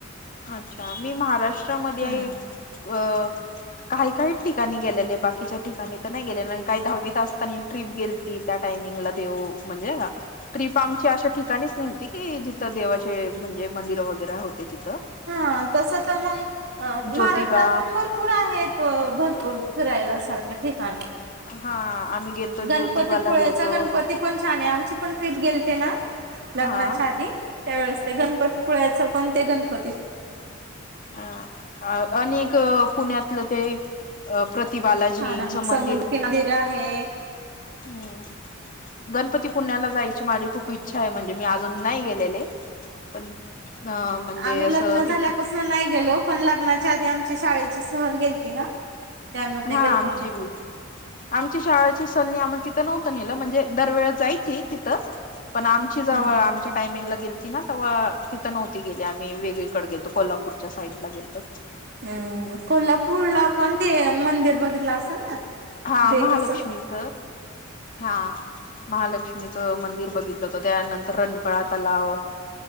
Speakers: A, on the left; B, on the right.
A: अच्छा मी महाराष्ट्रामध्ये
B: हम्म.
A: अ काही काही ठिकाणी गेलेले बाकीच्या ठिकाणी तर नाय गेलेले काही दहावीत असतानी ट्रिप गेलती त्या टायमिंगला देऊ म्हणजे नाय का ट्रीप आमची अशा ठिकाणीच नेलती की जिथं देवाचे म्हणजे मंदिर वगैरे होते तिथं
B: हा तस तर मंग अ
A: ज्योतिबा
B: महाराष्ट्रात पण भरपूर आहेत. त भरपूर फिरायला सारखे ठिकाणं
A: हा आम्ही. गेलतो
B: गणपतीपुळेचा
A: ज्योतिबाला गेलतो
B: गणपती पण छान हाय आमची पण ट्रीप गेलते ना लग्नाच्या
A: हा
B: आधी त्यावेेळेस ते गणपती पूळ्याचं पण ते गणपती
A: आ अ आणि एक पुण्यातलं ते अ प्रतिबालाजीचं
B: छान आहे
A: मंदिर
B: समुद्र किनारे आहे.
A: हम्म. गणपतीपुण्याला जायची माझी खूप इच्छा ये म्हणजे मी अजून नाय गेलेले पण अ म्हणजे
B: आम्ही
A: असं
B: लग्न झाल्यापासून
A: ते
B: नाही गेलो पण लग्नाच्या आधी आमची शाळेची सहल गेलती ना त्यामध्ये
A: हा
B: गेलतो
A: आमची
B: आम्ही
A: बी आमची शाळेची सल नी आम्हाला तिथं नव्हतं नेलं म्हणजे दरवेळ जायची तिथंच पण आमची जवळ
B: हम्म
A: आमच्या टायमिंगला गेलती ना तवा तिथं नव्हती गेली आम्ही वेगळीकडे गेलतो कोल्हापूर पुढच्या साईड ला गेलतो
B: हू कोल्हापूरला पण ते मंदिर बघितला असाल ना
A: हा
B: देवीचं
A: महालक्ष्मीच हा महालक्ष्मीचं मंदिर बघितलं होतं त्यानंतर रंकाळा तलाव